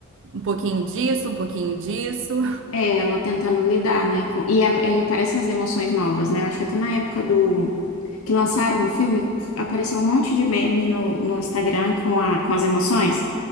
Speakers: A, on the right; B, on the left.
A: Um pouquinho disso, um pouquinho disso.
B: É, ela tentando lidar, né? com- e a- aí aparecem as emoções novas, né? Eu acho que até na época do que lançaram o filme, apareceu um monte de meme no, no Instagram com, a, com as emoções.